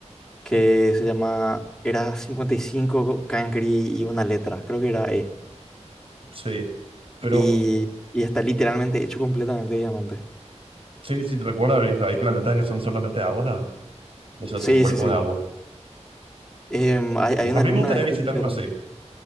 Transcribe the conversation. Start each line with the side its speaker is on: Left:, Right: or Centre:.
Centre: que se llama, era 55 Cancri y una letra, creo que era E.
Right: sí, pero
Centre: Y, y está literalmente hecho completamente de diamante.
Right: Sí, sí, te recuerda, ahorita hay planetas que son solamente agua, nada. O sea,
Centre: Sí,
Right: son cuerpos
Centre: sí, sí.
Right: de agua.
Centre: Em, hay, hay una
Right: A mí
Centre: luna
Right: me gustaría
Centre: de Júpiter.
Right: visitar uno así.